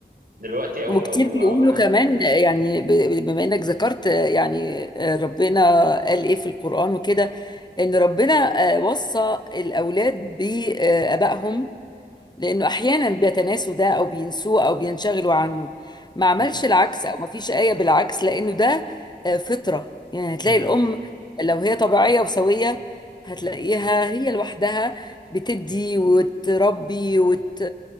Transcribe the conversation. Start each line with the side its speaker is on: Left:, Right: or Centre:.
Right: دلوقتي او
Left: وكتير
Right: او
Left: بيقولوا
Right: او ح...
Left: كمان يعني ب- ب- بما انك ذكرت آه، يعني آه، ربنا قال ايه في القرآن وكده ان ربنا آه، وصى الاولاد بابائهم لأنه أحيانا بيتناسوا ده أو بينسوه أو بينشغلوا عنه ما عملش
Right: م-
Left: العكس أو ما فيش آية بالعكس لأنه ده آه، فطرة يعني هتلاقي
Right: م-
Left: الأم لو هي طبيعية وسوية هتلاقيها
Right: م-
Left: هي لوحدها بتدي وتربي وت...